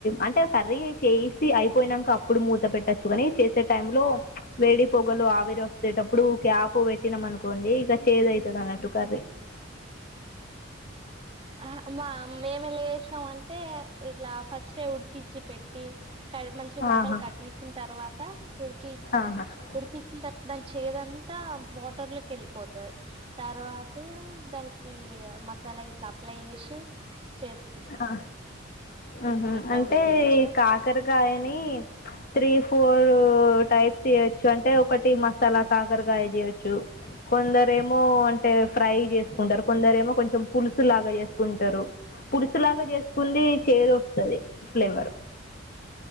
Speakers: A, on the left; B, on the right.
A: అంటే కర్రీ చేసి అయిపోయినాక అప్పుడు మూత పెట్టచ్చు అని చేసే టైమ్ లో వేడి పొగలు ఆవిరి వస్తేటప్పుడు క్యాప్ పెట్టినాం అనుకోండి ఇక చేద్ ఐతద్ అన్నట్టు కర్రీ
B: హా మా మేమే లెస్నం అంటే ఇట్లా ఫస్ట్ ఉడికిచి పెట్టి కర్ మంచి ముక్కలు
A: ఆహా
B: కట్ చేసుకున్ తర్వాత ఉడికి స్తాం
A: ఆహా
B: ఉడిపిచ్చిన తర్వాత దాని చేదాన్ త వాటర్ లోకి వెళ్ళిపోతది తర్వాత దానిక్ కి మసాలా ఇట్లా అప్లై చేసి చేసు
A: ఆ ఊహ్మ్మ్
B: ఇట్లా
A: అంటే
B: కూడా చేయొచ్చా
A: ఈ కాకరకాయని త్రీ ఫోరు ఫోర్ టైప్స్ చేయచ్చు అంటే ఒకటి మసాలా కాకరకాయ చేయచు కొందరెమో ఏమో అంటే ఫ్రై చేసుకుంటారు కొందరు ఏమో కొంచెం పులుసు లాగా చేసుకుంటారు పులుసులాగా చేసుకుంది చేదు వస్తది ఫ్లేవర్